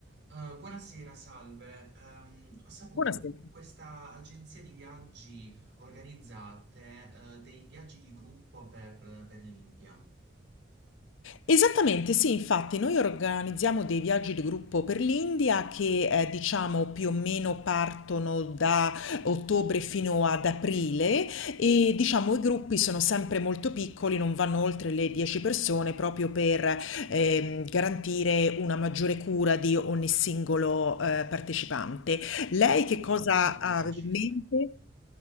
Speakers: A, on the right; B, on the left.
A: Eh, buonasera, salve. Ehm, ho saputo
B: Buonasera.
A: che questa agenzia di viaggi organizzate, eh, dei viaggi di gruppo per, per l'India.
B: Esattamente, sì, infatti noi organizziamo dei viaggi di gruppo per l'India che eh, diciamo più o meno partono da ottobre fino ad aprile e diciamo i gruppi sono sempre molto piccoli, non vanno oltre le 10 persone proprio per ehm, garantire una maggiore cura di ogni singolo eh, partecipante. Lei che
A: Mi
B: cosa
A: fa molto
B: aveva
A: piacere.
B: in mente?